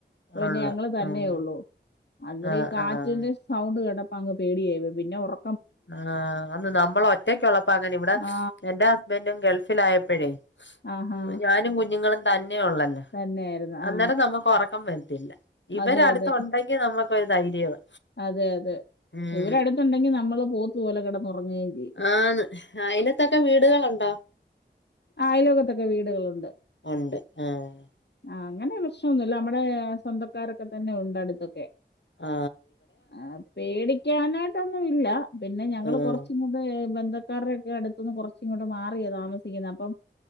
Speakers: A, on the left (about 65°); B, on the left (about 80°).
A: അപ്പം പിന്നെ
B: ഒള്ള്
A: ഞങ്ങള് തന്നെ
B: ഉം
A: ഉള്ളൂ അന്നിരം
B: ആഹ്
A: ഈ കാറ്റിന്റെ
B: ആഹ്
A: സൗണ്ട് കേട്ട അങ്ങ് പേടിയായി പിന്നെ ഒറെ
B: ആ അന്ന് നമ്മള ഒറ്റക്ക ഉള്ളപ്പ അങ്ങനെ ഇവിടെ
A: ആ.
B: എന്റെ ഹസ്ബൻറും ഗൾഫ ഫിലായപ്പെഴ്
A: ആഹാ.
B: ഉം ഞാനും കുഞ്ഞുങ്ങളും നെ ഒള്ളന്നെ
A: തന്നെയായിരുന്നു.
B: അന്നേരം
A: ആ.
B: നമുക്ക് ഉറക്കം വരത്തില്ല ഇവര
A: അതെ,
B: അടുത്ത
A: അതെ.
B: ഉണ്ടെങ്കിൽ ന നമ്മക്കൊരു ധൈര്യവാ
A: അതെ അതെ
B: ഉം
A: ഇവര് അടുത്തുണ്ടെങ്കി നമ്മള് പോത്ത്പോലെ കിട ന്നുറങ്ങുകയും ചെയ്യും
B: ആന്ന് അയലത്തൊക്കെ വീടുകളുണ്ടോ
A: അയലക്കത്തൊക്കെ വീടുകളുണ്ട്
B: ഉണ്ട് ആഹ്
A: ആ അങ്ങനെ പ്രശ്നൊന്നുമല്ല നമ്മടെ സ്വന്തക്കാരൊക്കെ തന്നെ ഉണ്ട് അടുത്തൊക്കെ
B: ആ
A: ആ പേടിക്കാനായിട്ടൊന്നും ഇല്ല പിന്നെ ഞങ്ങള്
B: ഉം
A: കൊറച്ച് ഇങ്ങട് ബന്ധ ക്കാരുടെ ഒക്കെ അടുത്തുന്ന് കുറച്ച് ഇങ്ങോട്ട് മാറിയ താമസിക്കുന്നെ അപ്പം